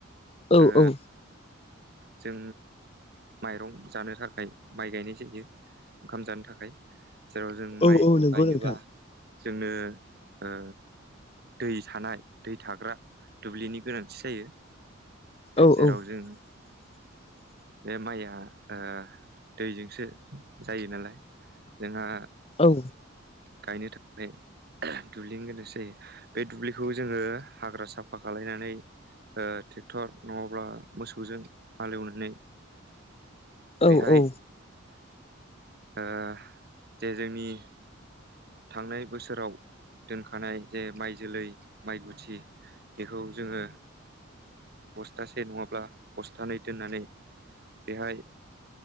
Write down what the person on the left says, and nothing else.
औ
औ।
औ नंगौ
नोंथां
औ नंगौ औ
<inaudible>
औ।
औ औ।